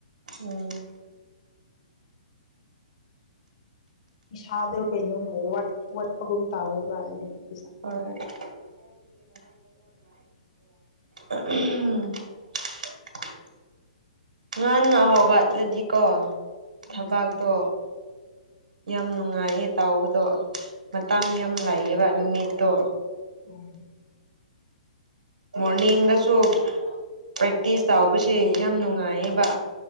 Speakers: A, on the right; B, on the left.
A: ꯎꯝ
B: ꯏꯁꯥꯗꯣ ꯀꯩꯅꯣꯝ ꯋꯥꯠ ꯋꯥꯠꯄꯒꯨꯝ ꯇꯧꯋꯦꯕ ꯑꯩꯗꯤ꯫
A: ꯍꯣꯏ
B: ꯐꯖ
A: ꯎꯝ ꯉꯟꯅ ꯍꯧꯒꯠꯂꯗꯤꯀꯣ
B: ꯎꯝ
A: ꯊꯕꯥꯛꯇꯣ ꯌꯥꯝ ꯅꯨꯡꯉꯥꯏꯌꯦ ꯇꯥꯎꯕꯗꯣ ꯃꯇꯝ ꯌꯥꯝ ꯂꯩꯌꯦꯕ ꯅꯨꯃꯤꯠ ꯇꯣ
B: ꯎꯝ
A: ꯃꯣꯔꯅꯤꯡꯗꯁꯨ ꯄ꯭ꯔꯦꯛꯇꯤꯁ ꯇꯧꯕꯁꯦ ꯌꯥꯝ ꯅꯨꯡꯉꯥꯏꯌꯦꯕꯥ